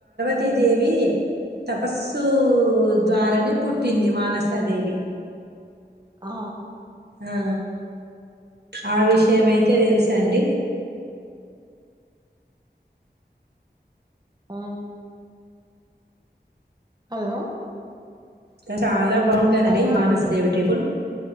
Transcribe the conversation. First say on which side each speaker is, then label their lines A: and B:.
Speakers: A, on the right; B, on the right.
A: తీ దేవి తపస్సు ద్వారానే పుట్టింది మానసా దేవి
B: ఆ
A: ఆ ఆ విషయం అయితే తెలుసా అండి
B: ఆ హలో
A: క చాలా బాగుంటాదండి
B: హలో
A: మానసేవి
B: అండి
A: టేబుల్